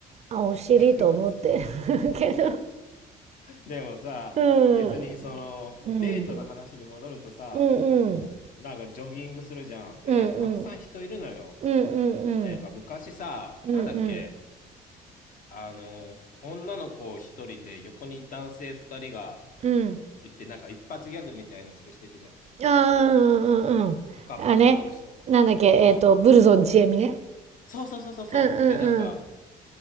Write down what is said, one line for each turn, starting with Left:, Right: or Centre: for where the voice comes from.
Right: あお尻と思ってるけど
Left: でなんかさ、でもさ、
Right: うん。
Left: 別にそのデートの話に戻るとさ、
Right: うん。うんうん。
Left: なんかジョギングするじゃん。で、
Right: うんうん。
Left: いや、たくさん人いるのよ。
Right: うんうんうん。
Left: ねなんか昔さ、
Right: うんうん。
Left: なんだっけ、あの、女の子一人で横に男性二人が
Right: うん。
Left: 行って、なんか一発ギャグみたいなする人いたじゃん。
Right: ああ、
Left: あの、
Right: うんうんうん。
Left: おかっぱの女の人。
Right: あね。なんだっけ、えっと、
Left: うん。
Right: ブルゾンちえみね。
Left: そうそうそうそうそう。
Right: うんうんうん。
Left: で、なんか、